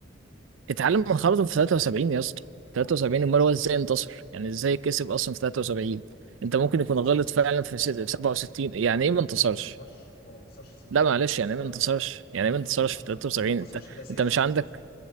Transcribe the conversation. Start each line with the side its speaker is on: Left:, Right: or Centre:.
Right: اتعلم من خرطه في 73 يا اسطى 73 امال هو ازاي انتصر يعني ازاي كسب اصلا في 73 انت ممكن
Left: هو ما
Right: يكون
Left: انتصرش
Right: غلط فعلا في ست- في 67 يعني ايه ما انتصرش
Left: هو ما انتصرش هو ما انتصرش صدقني
Right: لا معلش يعني ايه
Left: هو
Right: ما انتصرش يعني
Left: ما
Right: ايه
Left: انتصرش
Right: ما انتصرش في
Left: ما,
Right: 73
Left: ما انتصرش
Right: انت
Left: الا سياسي
Right: انت مش عندك